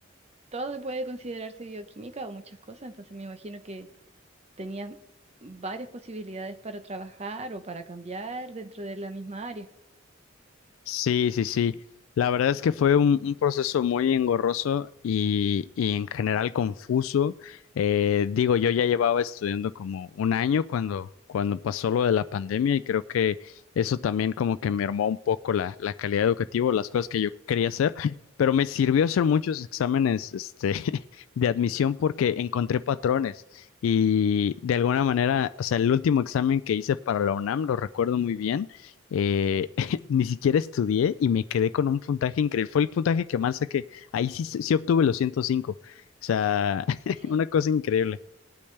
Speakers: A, on the right; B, on the left.
A: todo puede considerarse bioquímica o muchas cosas, entonces me imagino que tenías varias posibilidades para trabajar o para cambiar dentro de la misma área.
B: Sí, sí, sí. La verdad es que fue un, un proceso muy engorroso y, y en general confuso. Eh, digo, yo ya llevaba estudiando como un año cuando, cuando pasó lo de la pandemia y creo que eso también como que mermó un poco la, la calidad educativa, las cosas que yo quería hacer, <laughs> pero me sirvió hacer muchos exámenes, este, <laughs> de admisión porque encontré patrones y de alguna manera, o sea, el último examen que hice para la UNAM, lo recuerdo muy bien. Eh, ni siquiera estudié y me quedé con un puntaje increíble. Fue el puntaje que más saqué. Ahí sí, sí obtuve los ciento cinco O sea, <laughs>
A: Mm,
B: una cosa increíble.